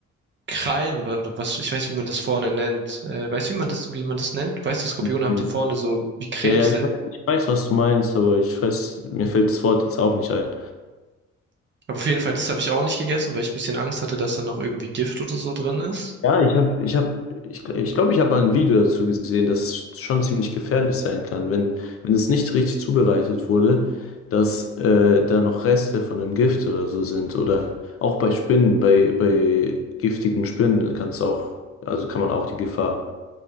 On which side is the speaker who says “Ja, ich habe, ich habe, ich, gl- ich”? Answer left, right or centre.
Left